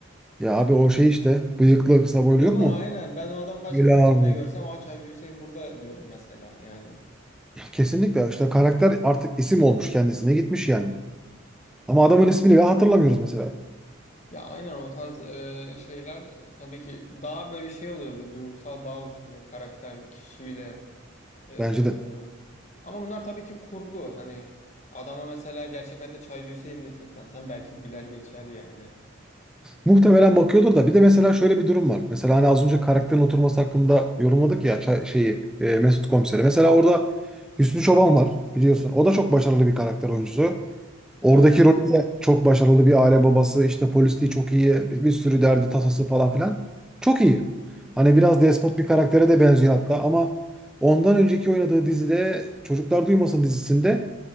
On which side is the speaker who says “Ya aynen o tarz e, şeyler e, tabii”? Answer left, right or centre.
Left